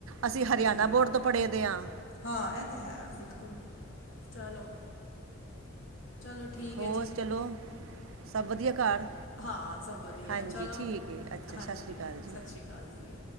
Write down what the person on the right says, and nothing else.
ਅਸੀਂ
ਹਰਿਆਣਾ ਬੋਰਡ ਤੋਂ ਪੜ੍ਹੇ ਦੇ ਹਾਂ।
ਹੋਰ
ਚਲੋ ਸਭ ਵਧੀਆ ਘਰ
ਹਾਂਜੀ
ਠੀਕ ਹੈ ਅੱਛਾ
ਸਤਿ ਸ਼੍ਰੀ ਅਕਾਲ ਜੀ